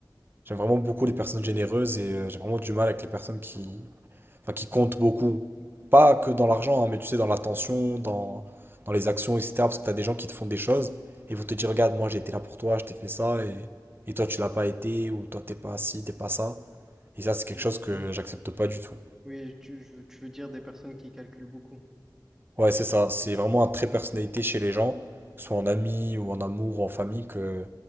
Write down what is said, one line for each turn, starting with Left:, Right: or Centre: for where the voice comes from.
Right: J'aime vraiment beaucoup
Centre: Ok.
Right: les personnes généreuses et euh, j'ai vraiment du mal avec les personnes qui, enfin, qui comptent beaucoup. Pas que dans l'argent, hein, mais tu sais, dans l'attention, dans, dans les actions, etc. Parce que tu as des gens qui te font des choses et ils vont te dire, regarde, moi j'ai été là pour toi, je t'ai fait ça et, et toi tu l'as pas été ou toi t'es pas ci, t'es pas ça. Et ça, c'est quelque
Centre: Oui,
Right: chose que j'accepte pas du tout.
Centre: Oui, tu, je- tu veux dire des personnes qui calculent beaucoup.
Right: Ouais, c'est ça. C'est vraiment un trait de personnalité chez les gens, que ce soit en ami ou en amour ou en famille, que